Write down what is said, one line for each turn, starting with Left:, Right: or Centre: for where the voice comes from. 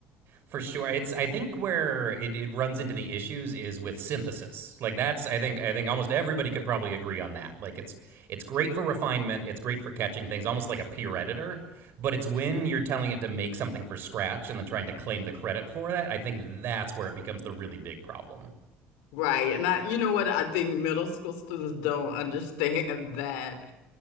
Right: for sure it's i think where it, it runs into the issues is with synthesis like that's i think i think almost everybody could probably agree on that like it's it's great for refinement it's great for catching things almost like a peer editor but it's when you're telling it to make something for scratch and then trying to claim the credit for that i think that's where it becomes the really big problem
Left: Right. And I, you know what? I think middle school students don't understand <laughs> that